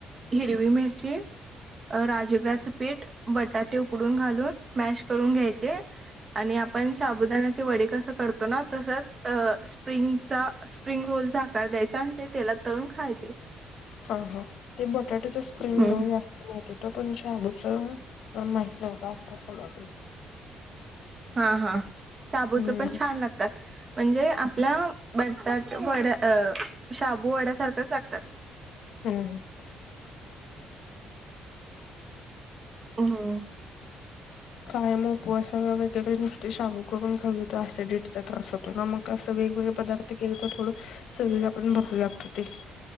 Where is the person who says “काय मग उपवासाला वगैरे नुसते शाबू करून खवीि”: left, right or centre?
Left